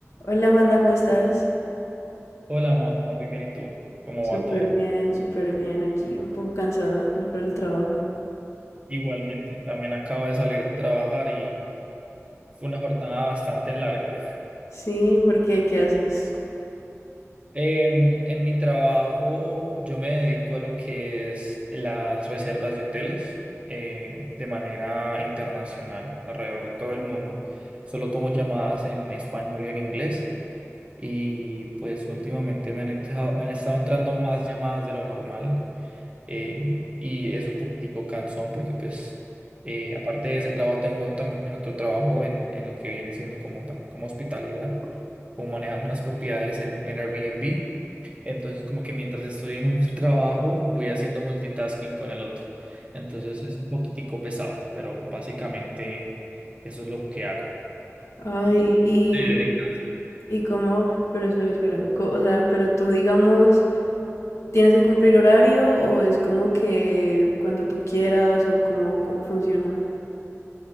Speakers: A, on the left (about 70°); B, on the right (about 25°).
A: Hola, Amanda, ¿cómo estás?
B: Hola, Majo, muy bien, ¿y tú? ¿Cómo
A: Súper
B: va todo?
A: bien, súper bien aquí, un poco cansada por el trabajo.
B: Igualmente, también acabo de salir de trabajar y fue una jornada bastante larga.
A: Sí, ¿por qué? ¿Qué haces?
B: Em, en mi trabajo yo me dedico a lo que es las reservas de hoteles eh, de manera internacional alrededor de todo el mundo. Solo tomo llamadas en español y en inglés y pues últimamente me han entrado- me han estado entrando más llamadas de lo normal. eh, y es un poquitico cansón porque pues eh, aparte de ese trabajo tengo también otro trabajo en, en lo que viene siendo como también como hospitalidad, como manejando las propiedades en, en Airbnb. Entonces como que mientras estoy en un <laughs> trabajo voy haciendo multitasking con el otro. Entonces es un poquitico pesado, pero básicamente eso es lo que hago.
A: Ay,
B: ¿Y tú?
A: y,
B: ¿Te dedicas?
A: y cómo, pero espera, espera, co- o sea, pero tú digamos, ¿tienes que cumplir horario o es como que cuando tú quieras o cómo, cómo funciona?